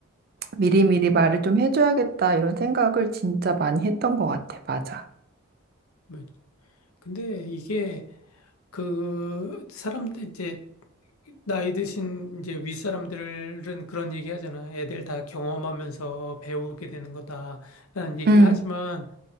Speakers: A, on the right; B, on the left.
A: 미리미리 말을 좀 해줘야겠다 이런 생각을 진짜 많이 했던 것 같아. 맞아.
B: 뭐, 근데 이게, 그, 사람들, 이제, 나이 드신 이제 윗사람들은 그런 얘기 하잖아. 애들 다 경험하면서 배우게 되는 거다라는 얘기를
A: 응,
B: 하지만,